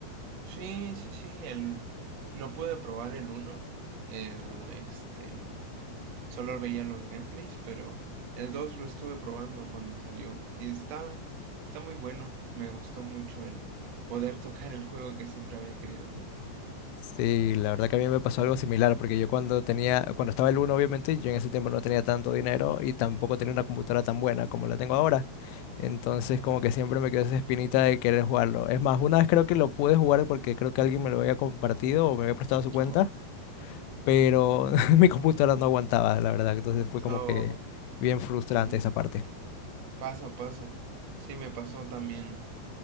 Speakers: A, on the right; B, on the left.
A: sí, sí, sí, el no pude probar el uno, el este mm, solo veía los gameplays, pero el 2 lo estuve probando cuando salió y está está muy bueno, me gustó mucho el poder tocar el juego que siempre había querido jugar.
B: Sí, la verdad que a mí me pasó algo similar, porque yo cuando tenía, cuando estaba el uno, obviamente, yo en ese tiempo no tenía tanto dinero y tampoco tenía una computadora tan buena como la tengo ahora. Entonces, como que siempre me quedó esa espinita de querer jugarlo. Es más, una vez creo que lo pude jugar porque creo que alguien me lo había compartido o me había prestado su cuenta,
A: Oh,
B: pero <laughs> mi computadora no aguantaba, la verdad. Entonces fue como
A: oh,
B: que bien frustrante
A: sí,
B: esa parte.
A: Pasa, pasa. Sí, me pasó también